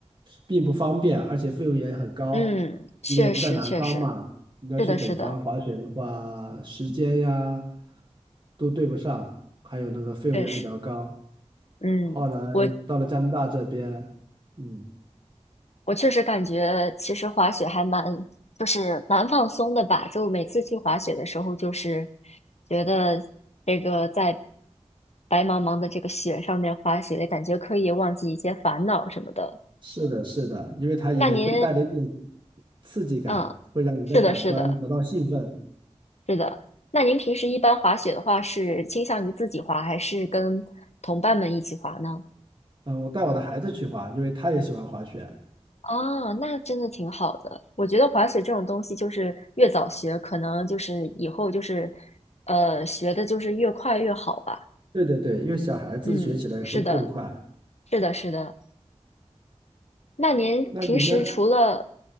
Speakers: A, on the right; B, on the left.
A: 并不方便，而且费用也很高。
B: 嗯，确实，
A: 因为我们在南方嘛，
B: 确实，
A: 你要去北方滑雪的话，
B: 是的，是的，
A: 时间呀都对不上，还有那个费用也比较高。
B: 确实，嗯，
A: 后来到了加拿大这边，
B: 我
A: 嗯，
B: 我确实感觉，其实滑雪还蛮，就是蛮放松的吧。就每次去滑雪的时候，就是觉得这个在白茫茫的这个雪上面滑雪，感觉可以忘记一些烦恼什么的。
A: 是的，是的，因为它也会带来一点
B: 那您，
A: 刺激感，
B: 嗯，
A: 会让你的感官得到兴奋。
B: 是的，是的，是的。那您平时一般滑雪的话，是倾向于自己滑，还是跟同伴们一起滑呢？
A: 呃，我带我的孩子去滑，因为他也喜欢滑雪。
B: 哦，那真的挺好的。我觉得滑雪这种东西，就是越早学，可能就是以后就是，呃，学的就是越快越好吧。
A: 对对对，因为小孩子学起来会更快。
B: 嗯，是的，是的，是的。那您平时除了
A: 那你呢？